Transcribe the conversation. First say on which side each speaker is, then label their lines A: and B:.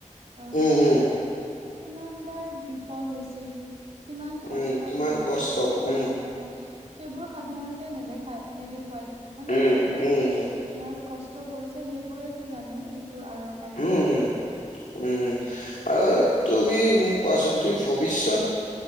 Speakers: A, on the right; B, on the left.
A: আহ,
B: উম,
A: কিন্তু
B: উম,
A: কিমান বাৰ বিফল হৈছিল। কিমান কষ্ট
B: উম, কিমান
A: কৰিছিল
B: কষ্ট
A: সেইবোৰ
B: উম,
A: আহ সেইবোৰ সাধাৰণতে নেদেখাই, নেদেখুৱায় মানে
B: উম,
A: যোনে
B: উম,
A: ইয়াৰ
B: হয়।
A: কষ্ট কৰিছে সেইবোৰেতো জানে সেইটোৰ আঁৰৰ কাহিনীবোৰ।
B: উম, উম, উম, আৰু তুমি মোক কোৱাচোন তুমি ভৱিষ্যত